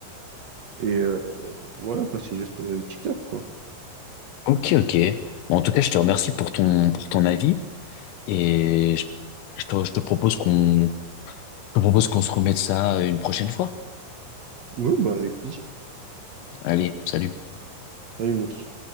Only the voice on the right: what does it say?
Et euh, voilà, quoi, c'est juste euh, TikTok, quoi.
Ouais, bah, avec plaisir.
Salut, mec.